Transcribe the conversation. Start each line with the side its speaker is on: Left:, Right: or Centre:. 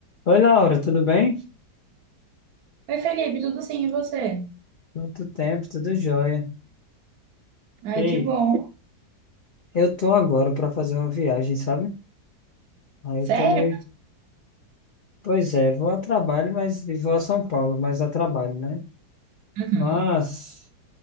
Left: Oi, Laura, tudo bem?
Right: Oi, Felipe, tudo sim, e você?
Left: Quanto tempo, tudo jóia.
Right: Ai,
Left: Ei,
Right: que bom.
Left: eu tô agora para fazer uma viagem, sabe? Aí
Right: Sério?
Left: eu tô meio. Pois é, vou a trabalho, mas e vou a São Paulo, mas a trabalho, né?
Right: Uhum.
Left: Mas